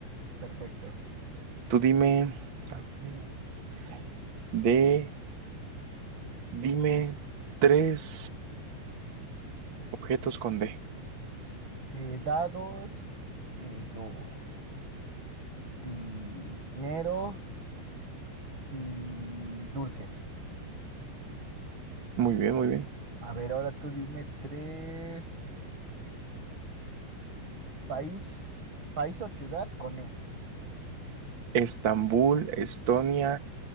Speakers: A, on the right; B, on the right.
A: perfecto.
B: Tú dime... A, B, C, D. Dime tres. Objetos con D.
A: Eh, dados, eh, do- dinero y dulces.
B: Muy bien, muy bien.
A: A ver, ahora tú dime tres país, país o ciudad con E.
B: Estambul, Estonia,